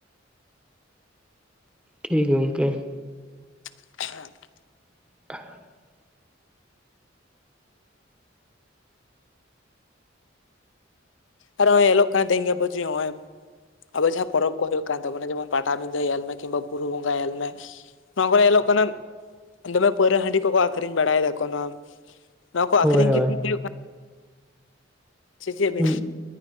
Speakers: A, in the centre; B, on the left.
A: ᱴᱷᱤᱠ ᱜᱮ ᱜᱚᱝᱠᱮ
B: <inaudible>
A: <inaudible>
B: ᱟᱨ ᱦᱚᱸᱭ ᱧᱮᱞᱚᱜ ᱠᱟᱱᱟ ᱛᱮᱦᱮᱧ ᱜᱟᱯᱟ ᱡᱮ ᱦᱚᱸᱜᱚᱭ ᱟᱵᱚ ᱡᱟᱦᱟᱸ ᱯᱚᱨᱚᱵᱽ ᱦᱩᱭᱩᱜ ᱠᱟᱱ ᱛᱟᱵᱚᱱᱟ ᱡᱮᱢᱚᱱ ᱯᱟᱴᱟᱵᱤᱸᱫᱟᱹ ᱧᱮᱞ ᱢᱮ ᱠᱤᱱᱵᱟ ᱵᱩᱨᱩ ᱵᱚᱸᱜᱟ ᱧᱮᱞ ᱢᱮ᱾ ᱱᱚᱣᱟ ᱠᱚᱨᱮ ᱧᱮᱞᱚᱜ ᱠᱟᱱᱟ ᱫᱚᱢᱮ ᱯᱟᱹᱣᱨᱟᱹ ᱦᱟᱺᱰᱤ ᱠᱚᱠᱚ ᱟᱠᱷᱨᱤᱧ ᱵᱟᱲᱟᱭ ᱫᱟᱠᱚ ᱱᱚᱣᱟ ᱱᱚᱣᱟ ᱠᱚ
A: ᱦᱳᱭ
B: ᱟᱠᱷᱨᱤᱧ
A: ᱦᱳᱭ
B: ᱜᱮ ᱴᱷᱤᱠ ᱦᱩᱭᱩᱜ ᱠᱟᱱᱟ? ᱥᱮ ᱪᱮᱫ ᱵᱤᱱ
A: ᱦᱩᱸ